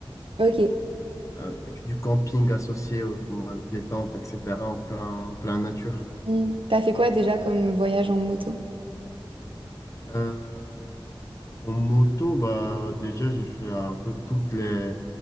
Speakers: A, on the right; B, on the left.
A: Ok.
B: avec du camping associé aux à des tentes, etc. en plein, en plein nature.
A: Hmm. T'as fait quoi déjà comme voyage en moto?
B: Euh, en moto, bah, déjà, j'ai fait un peu toutes les...